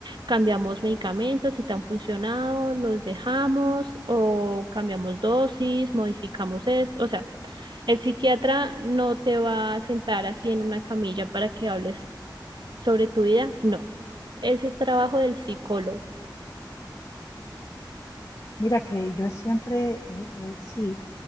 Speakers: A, on the right (about 70°); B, on the left (about 45°).
A: Cambiamos medicamentos, si te han funcionado, los dejamos o cambiamos dosis, modificamos esto. O sea, el psiquiatra no te va a sentar así en una camilla para que hables sobre tu vida, no. Ese es trabajo del psicólogo,
B: Mira que yo siempre, eh, eh, sí,